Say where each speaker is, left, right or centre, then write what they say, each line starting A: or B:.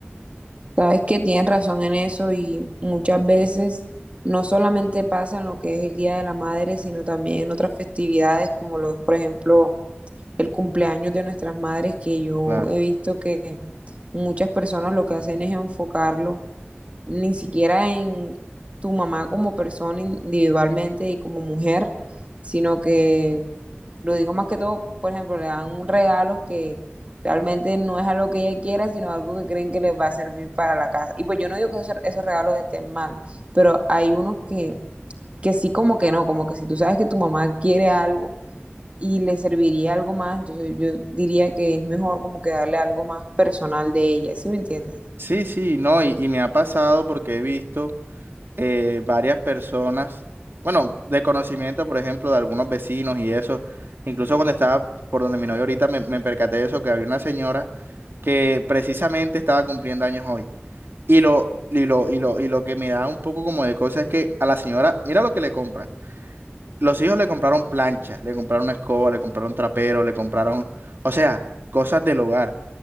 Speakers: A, on the right; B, on the right.
A: Sabes que tienes razón en eso y muchas veces no solamente pasa en lo que es el Día de la Madre, sino también en otras festividades como lo es, por ejemplo, el cumpleaños de nuestras madres, que yo
B: Claro.
A: he visto que muchas personas lo que hacen es enfocarlo ni siquiera en tu mamá como persona individualmente y como mujer, sino que lo digo más que todo, por ejemplo, le dan un regalo que realmente no es algo que ella quiera, sino algo que creen que les va a servir para la casa. Y pues yo no digo que esos, esos regalos estén mal, pero hay unos que, que sí como que no, como que si tú sabes que tu mamá quiere algo, y le serviría algo más, entonces yo diría que es mejor como que darle algo más personal de ella, ¿sí me entiendes?
B: Sí, sí, no, y, y me ha pasado porque he visto eh, varias personas, bueno, de conocimiento, por ejemplo, de algunos vecinos y eso, incluso cuando estaba por donde mi novio ahorita me, me percaté de eso, que había una señora que precisamente estaba cumpliendo años hoy. Y lo, y lo, y lo, y lo que me da un poco como de cosa es que a la señora, mira lo que le compran. Los hijos le compraron plancha, le compraron escoba, le compraron trapero, le compraron, o sea, cosas del hogar.